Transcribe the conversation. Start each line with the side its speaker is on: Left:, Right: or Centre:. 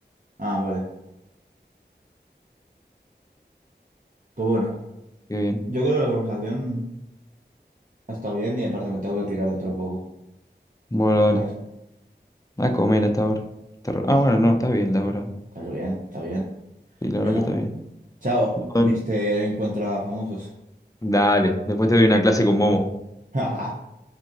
Right: Ah, vale. Pues bueno.
Left: Qué bien.
Right: Yo creo que la conversación está bien y aparte me tengo que pirar dentro de poco
Left: Bueno,
Right: a comer.
Left: dale. A comer hasta ahora. Ah,
Right: Sí.
Left: bueno, no, está bien la hora.
Right: Está bien, está bien.
Left: Sí, la
Right: Venga,
Left: verdad que está bien.
Right: chao, Mister
Left: Dale.
Right: Encuentra Famosos.
Left: Dale, después te doy una clase con Momo.
Right: <laughs>